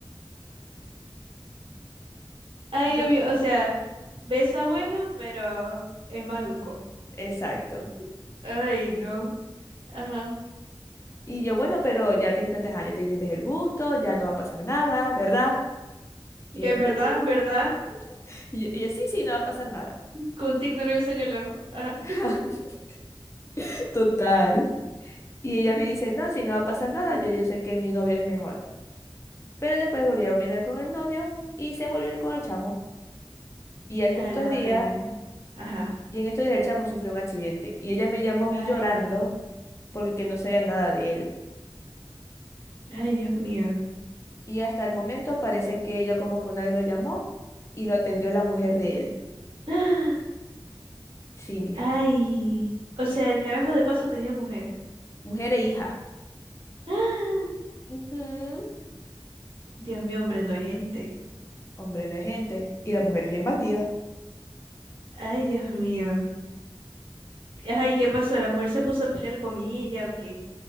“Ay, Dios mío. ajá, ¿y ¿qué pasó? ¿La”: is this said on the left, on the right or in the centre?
Right